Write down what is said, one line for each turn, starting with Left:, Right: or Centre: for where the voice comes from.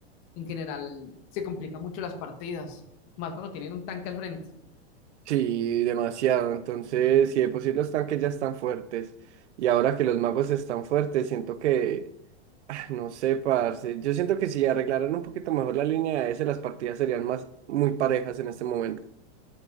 Left: En general, se complican mucho las partidas, más cuando tienen un tanque al frente.
Right: Sí, demasiado. Entonces, si de por sí los tanques ya están fuertes y ahora que los magos están fuertes, siento que No sé, parce. Yo siento que si arreglaran un poquito mejor la línea de ese, las partidas serían más muy parejas en este momento.